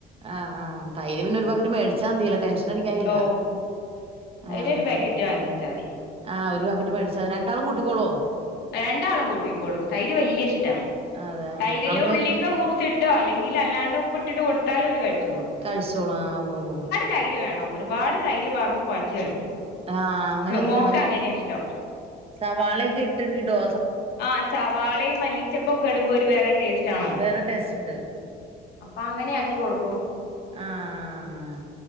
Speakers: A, on the right (about 35°); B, on the left (about 75°).
A: ആഹ് ആഹ് തൈര് പിന്നെ ഒരു പാക്കറ്റ് മേടിച്ചാതില്ല ടെൻഷൻ ടിക്കാനില്ല
B: ഓ തൈര്
A: ആഹ്
B: ഒരു പാക്കറ്റ്
A: -
B: വാങ്ങിച്ചാ മതി
A: ആഹ് ഒരു പാക്കറ്റ് മേടിച്ചാ മതി രണ്ടാളും കട്ടിക്കോളോ
B: രണ്ടാളും കൂട്ടിക്കോളും തൈര് വല്യ ഇഷ്ട
A: അതെ
B: തൈരില്
A: അമ്മയൊക്കെ
B: ഉള്ളിയൊക്കെ മുറി ച്ചിട്ടോ അല്ലെങ്കിൽ അല്ലാണ്ട് ഉപ്പിട്ടിട്ട് കൊടുത്താലും ഓരു കഴിച്ചോളൂം
A: കഴിച്ചോളാം ആഹ് വോ-
B: തൈര് വേണം ഒരുപാട് തൈര് വാർന്ന് കൊഴച്ച് കഴിക്കും
A: ആഹ് അങ്ങനെ തിന്നണം
B: മോക്ക് അങ്ങനെയ ഇഷ്ടം
A: സവാളയൊക്കെ ഇട്ടിട്ട്ടോ
B: ആഹ് സവാളയും മല്ലിച്ചപ്പൊ ഒക്കെ ഇടുമ്പോ ഒരു വേറെ ടേസ്റ്റ് ആണല്ലോ
A: വേറെ ടേസ്റ്റ് ഉണ്ട്
B: അപ്പ അങ്ങനെയാക്കി കൊടുക്കോ
A: ആഹ്